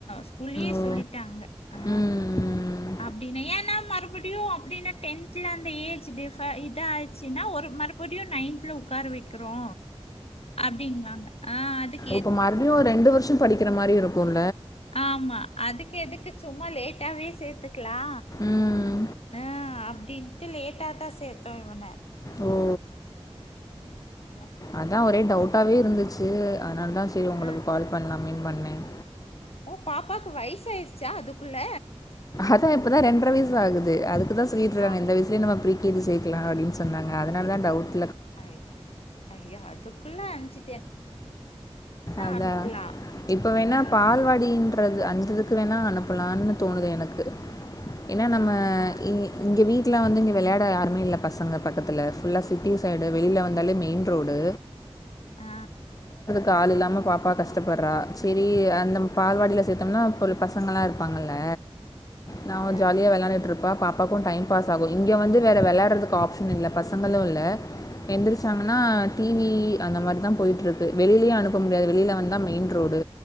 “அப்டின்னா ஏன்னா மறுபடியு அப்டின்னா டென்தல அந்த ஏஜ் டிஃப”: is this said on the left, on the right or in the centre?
Left